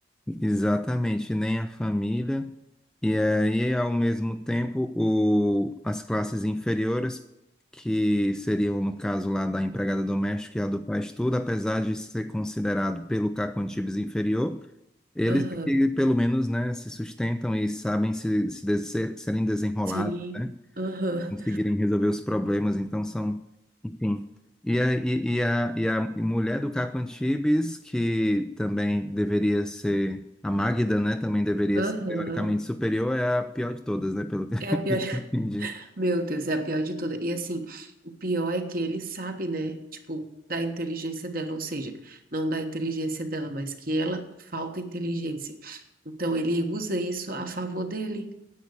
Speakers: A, in the centre; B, on the right.
A: exatamente, nem a família. E aí, ao mesmo tempo, o, as classes inferiores, que seriam, no caso lá da empregada doméstica e a do faz-tudo, apesar de ser considerado pelo Caco Antibes inferior eles
B: Aham,
A: aqui pelo menos, né, se sustentam e sabem se, se de- ser- serem desenrolados,
B: Sim,
A: né,
B: aham.
A: conseguirem resolver os problemas, então são, enfim. E a, e, e a, e a mulher do Caco Antibes, que também deveria ser, a Magda, né, também deveria
B: Aham.
A: ser teoricamente superior, é a pior de todas, né, pelo que eu
B: É a pior, <laughs>
A: entendi.
B: meu Deus, é a pior de todas. E assim, o pior é que ele sabe, né? Tipo, da inteligência dela, ou seja, não da inteligência dela, mas que ela falta inteligência. Então ele usa isso a favor dele.